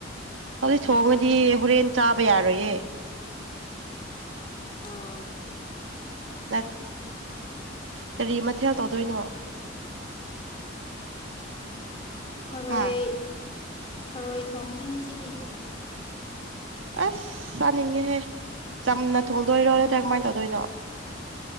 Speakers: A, on the right; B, on the left.
A: ꯍꯧꯖꯤꯛ
B: ꯎꯝ
A: ꯊꯣꯡꯉꯗꯤ ꯍꯣꯔꯦꯟ ꯆꯥꯕ ꯌꯥꯔꯣꯏꯌꯦ
B: ꯑꯣ
A: ꯅꯠ ꯀꯔꯤ ꯃꯊꯦꯜ ꯇꯧꯗꯣꯏꯅꯣ
B: ꯊꯔꯣꯏ
A: ꯍꯥ
B: ꯊꯔꯣꯏ ꯊꯣꯡꯅꯤ ꯉꯁꯤꯗꯤ
A: ꯑꯁ ꯆꯥꯅꯤꯡꯉꯦꯍꯦ ꯆꯝꯅ ꯊꯣꯡꯗꯣꯏꯔꯣ ꯅꯠꯇ꯭ꯔꯒ ꯀꯃꯥꯏ ꯇꯧꯗꯣꯏꯅꯣ